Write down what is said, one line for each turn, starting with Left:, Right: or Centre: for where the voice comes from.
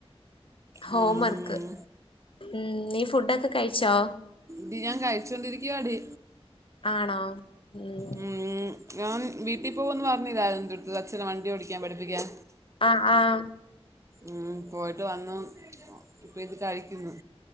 Left: ഹോം
Right: ഉം.
Left: വർക്ക് ഉം, നീ ഫുഡൊക്കെ കഴിച്ചോ?
Right: ടീ ഞാൻ കഴിച്ചോണ്ടിരിക്കുവാടീ
Left: ആണോ, ഉം
Right: ഉം, ഞാന് വീട്ടിൽ പോകുംന്ന് പറഞ്ഞില്ലേ, ഇന്റെട്ക്ക് അച്ഛനെ വണ്ടി ഓടിക്കാൻ പഠിപ്പിക്കാൻ
Left: അ ആഹ്
Right: ഉം, പോയിട്ട് വന്നു. ഇപ്പ ഇത് കഴിക്കുന്നു